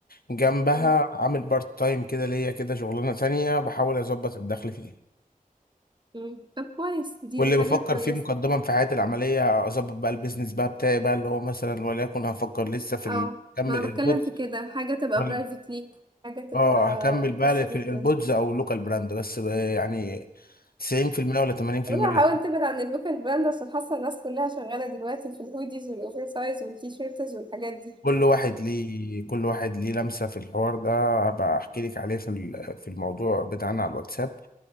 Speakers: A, on the left; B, on the right.
A: جنبها
B: مم.
A: عامل بارت تايم كده ليا كده شغلانه تانية بحاول اظبط الدخل فيها
B: مم. طب كويس دي
A: واللي
B: دي
A: بفكر
B: حاجة كويسة
A: فيه مقدما في حياتي العمليه اظبط بقى البيزنس بقى بتاعي بقى اللي هو مثلا وليكن هفكر لسه في
B: اه
A: ال- اكمل
B: ما
A: الايربودز
B: انا بتكلم في كده حاجة تبقى
A: وال-
B: برايفت ليك حاجة تبقى
A: اه هكمل بقى
B: خاصة بيك
A: في الايربودز
B: يعني
A: او لوكال براند بس ب- يعني 90% ولا 80%
B: والله
A: رايح
B: حاول تبعد عن اللوكال براند عشان حاسة الناس كلها شغالة دلوقتي في الهوديز والاوفر سايز والتيشيرتز والحاجات دي
A: كل واحد ليه كل واحد ليه لمسة في الحوار ده هبقى احكي لك عليه في ال- في الموضوع بتاعنا على الواتساب